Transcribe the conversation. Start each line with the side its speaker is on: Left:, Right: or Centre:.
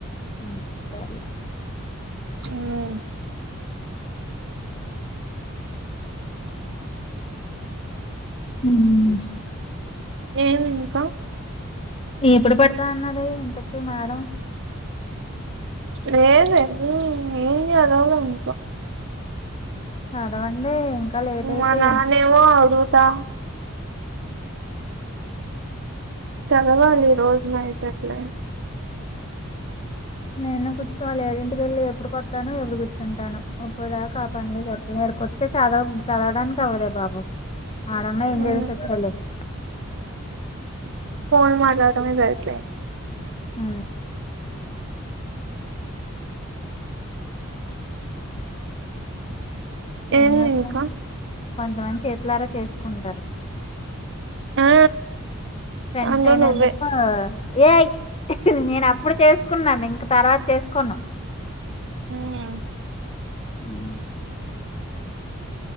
Left: ఉమ్ సర్లే
Right: అమ్
Left: హమ్
Right: నేను ఇంకా
Left: ఇప్పుడు పెడతాన్నది ఇంతకి మేడం
Right: లేేదు ఏం చదవలా ఇంక
Left: చదవండి ఇంకా లేట్ అయితే
Right: మా నాన్న ఎమో అడుగుతా చదవాలి ఈ రోజునైట్ అట్లే అయినా
Left: నేను కూర్చోవాలి ఏడింటికి వెళ్ళి ఎప్పుడు కొస్తానో ఎప్పుడు కూర్చుంటానో ఒలాాగా కాపా ండి చెప్పి ఎడికోతే చదవ చదవడానికి అవ్వదే బాబు ఆడన్న ఎంజాయ్
Right: ఉమ్
Left: చే సచ్చేది లేదింకా
Right: ఫోన్ మాట్లాటమే సరిపోయిన్ది
Left: మ్
Right: ఏంది
Left: ఏం చేస్తాం
Right: ఇంకా
Left: కొంతమంది చేతులరా చేసుకుంటారు
Right: ఆ
Left: ఫ్రెండ్సనా
Right: అందులో నువ్వే
Left: అయినందుకు ఏయ్ నేను అప్పుడు చేసుకున్నాను ఇంక తర్వాత చేసుకొను
Right: మ్
Left: మ్